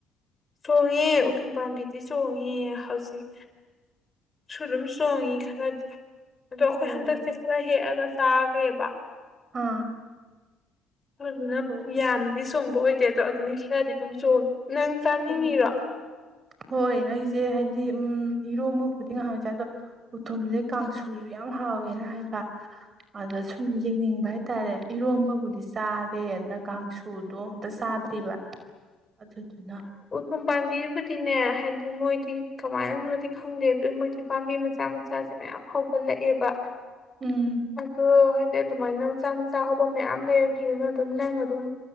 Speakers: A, on the left; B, on the right.
A: ꯆꯣꯡꯉꯦ ꯎꯊꯨꯝ ꯄꯥꯝꯕꯤꯗꯤ ꯆꯣꯡꯉꯦ ꯍꯧꯥꯎꯖꯤꯛ ꯁꯗꯝ ꯁꯣꯡꯉꯤ ꯈꯔꯗꯤ ꯑꯗꯣ ꯑꯩꯈꯣꯏ
B: ꯑꯣ
A: ꯍꯟꯗꯛꯁꯦ ꯈꯔ ꯍꯦꯛꯑꯒ ꯁꯥꯒ꯭ꯔꯦꯕ
B: ꯑꯥ
A: ꯑꯗꯨ ꯑꯗꯨꯅ
B: ꯑꯣ
A: ꯌꯥꯟ ꯗꯤ ꯁꯣꯡꯕ ꯑꯣꯏꯗꯦ ꯑꯗꯣ ꯑꯗꯨꯅꯤ ꯁꯤꯗꯗꯤ ꯑꯗꯨꯝ ꯆꯣꯡ ꯅꯪ ꯆꯥꯅꯤꯡꯉꯤꯔꯣ
B: ꯑꯣ ꯍꯣꯏ ꯑꯩꯁꯦ ꯍꯥꯏꯗꯤ ꯎꯝ ꯏꯔꯣꯝꯕꯕꯨꯗꯤ ꯉꯥꯏꯍꯥꯛ ꯆꯥꯏ ꯑꯗꯣ ꯎꯊꯨꯝꯁꯦ ꯀꯥꯡꯁꯨꯁꯨ ꯌꯥꯝ ꯍꯥꯎꯋꯦꯅ ꯍꯥꯏꯕ ꯑꯗ ꯁꯨꯝ ꯌꯦꯡꯅꯤꯡꯕ ꯍꯥꯏꯇꯥꯔꯦ ꯏꯔꯣꯝꯕꯕꯨꯗꯤ ꯆꯥꯔꯦ ꯑꯗ ꯀꯥꯡꯁꯨꯗꯣ ꯑꯝꯇ ꯆꯥꯗ꯭ꯔꯤꯕ ꯑꯗꯨꯗꯨꯅ
A: ꯎ ꯄꯥꯝꯕꯤꯕꯨꯗꯤꯅꯦ ꯍꯥꯏꯗꯤ ꯃꯣꯏꯗꯤ ꯀꯃꯥꯏꯅꯣꯗꯤ ꯈꯪꯗꯦ ꯑꯗꯨ ꯃꯣꯏꯗꯤ ꯄꯥꯝꯕꯤ ꯃꯆꯥ ꯃꯆꯥꯁꯦ ꯃꯌꯥꯝ ꯍꯧꯒꯠꯂꯛꯑꯦꯕ
B: ꯎꯝ
A: ꯑꯗꯨꯣ ꯑꯗꯩ ꯑꯗꯨꯃꯥꯏꯅ ꯃꯆꯥ ꯃꯆꯥ ꯍꯧꯕ ꯃꯌꯥꯝ ꯂꯩꯗꯔꯤꯗꯨꯅ ꯑꯗꯨꯝ ꯅꯪ ꯑꯗꯨꯝ